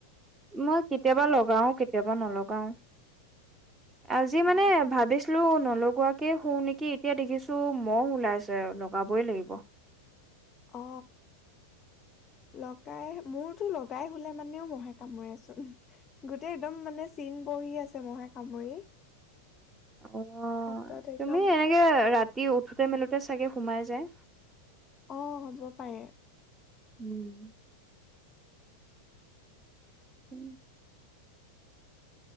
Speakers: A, on the right (about 15°); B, on the left (about 25°).
A: মই কেতিয়াবা লগাওঁ, কেতিয়াবা নলগাওঁ। আজি মানে
B: অ
A: ভাবিছিলো নলগোৱা কে শু নেকি, এতিয়া দেখিছো মহ ওলাইছে লগাবই লাগিব।
B: অ লগাই মোৰতো লগাই শুলেও মানেও মহে কামোৰে চোন গোটেই একদম মানে চিন বহি আছে মহে কামুৰি
A: অ
B: হাতত একদম
A: তুমি এনেকে ৰাতি উঠোতে মেলোতে চাগে সোমাই যায়
B: অ হ'ব পাৰে
A: উম উম।